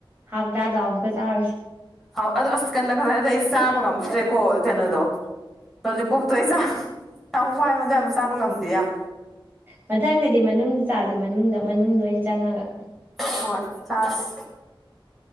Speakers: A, on the right; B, in the centre.
A: ꯍꯥꯎꯇꯔꯥ ꯑꯗꯣ ꯑꯃꯨꯛꯀꯥ ꯆꯥꯔꯨꯁꯦ
B: ꯑꯥꯎ ꯑꯗꯣ ꯑꯁ ꯀꯟꯅꯀꯟꯅꯗꯤ ꯑꯩ ꯆꯥꯕ ꯉꯝꯃꯛꯇ꯭ꯔꯦꯀꯣ ꯀꯩꯅꯣꯗꯣ ꯂꯣꯂꯤꯄꯣꯞꯇꯣ ꯑꯩꯥ ꯆꯥꯕ ꯌꯥꯝ ꯋꯥꯏꯌꯦꯕ ꯑꯗꯨ ꯌꯥꯝ ꯆꯥꯕ ꯉꯝꯗꯦ ꯌꯥꯝ
A: ꯃꯊꯪꯗꯗꯤ ꯃꯅꯨꯡꯗ ꯆꯥꯖꯦ ꯃꯅꯨꯡꯗ ꯃꯅꯨꯡꯗ ꯑꯣꯏꯅ ꯆꯪꯉꯒ
B: ꯍꯣꯏ ꯆꯥꯁꯤ